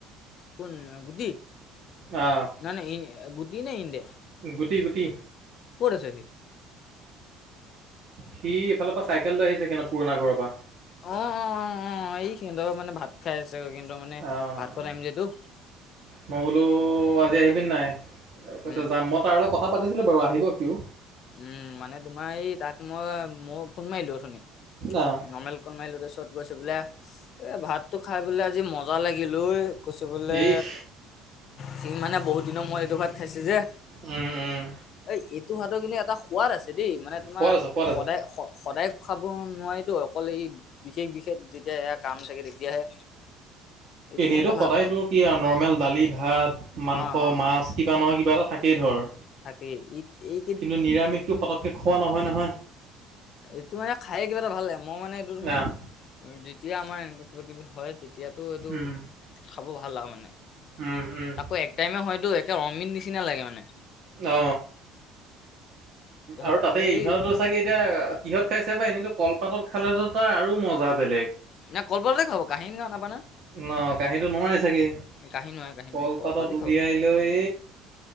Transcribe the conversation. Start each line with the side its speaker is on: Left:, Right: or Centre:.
Left: কোন গুদি?
Right: আহ,
Left: নাই নাই গুদি নে ইন্দেহ।
Right: গুটি গুটি
Left: কৰিছে সি
Right: সি ইফালৰ পৰা চাইকেল লৈ আহিছে স ন পুৰণা ঘৰৰ পৰা
Left: অ অ অ অ এই সিহঁতৰ মানে ভাত খাই আছে কিন্তু মানে
Right: অ',
Left: ভাত খোৱা টাইম যিহেতটো
Right: মই বোলো আজি আহিব পি নাই কৈছ
Left: উম
Right: যাম মই তাৰ লগত কথা পাতিছিলো বাৰু আহিব সিও
Left: উম মানে তোমাৰ এই তাক মই মই ফোন মাৰিলো শুনি
Right: আহ,
Left: নৰ্মেল কমাইলতে চত গৈছে বোলে। এই ভাতটো খাই পেলাই আজি মজা লাগিল এই, কৈছে বোলে।
Right: ইস
Left: সি মানে বহুত দিনৰ মোৰত এইটো ভাত খাইছে যে।
Right: উম, উম,
Left: এই এইটো ভাত কিন্তু এটা সোৱাদ আছে দেই, মানে তোমাৰ
Right: সোৱাদ আছে সোৱাদ আছে
Left: সদায় সদায় খাব নোৱাৰিতো। অকলে সি বিশেষ বিশেষ যেতিয়া সেয়া কাম থাকে তেতিয়াহে। এইটো
Right: এনেইতটো
Left: মানে
Right: সদায়
Left: ভাতটো
Right: তোৰ কি আৰু নৰ্মেল দালি, ভাত, মাংস,
Left: অ অ
Right: মাছ কিবা নহয় কিবা এটা থাকে। কি ধৰ
Left: থাকে ইঈ এই
Right: কিন্তু নিৰামিষটো পটককৈ খোৱা নহয় নহয়
Left: এইটো মানে খাই কিবা এটা ভাল লাগে মই মানে এইটো তোমাৰ
Right: আহ
Left: তেতিয়া আমাৰ এনেকুৱ কিব কিবি হয় তেতিয়া এতিয়াতো এইটো
Right: উম।
Left: খাব ভাল আৰু মানে
Right: উম উম
Left: আকৌ এক টাইমে হয়তো এয়া অমিন নিচিনা লাগে মানে
Right: অ
Left: তাৰপিছত
Right: আৰু তাতে
Left: এই
Right: ইহঁততো চাগে এতিয়া কিহত খাইছে বা এনেইতো কলপাতত খালেতো তাৰ আৰু মজা বেলেগ
Left: না কল বাৰ দে খাব কাহিনী নাবানে
Right: ন কাহীটো নোৱাৰি চাগে
Left: কাহি নোৱাৰে কাহি নোৱাৰে
Right: কলপাতত
Left: কলপাতে
Right: উলিয়াই লৈ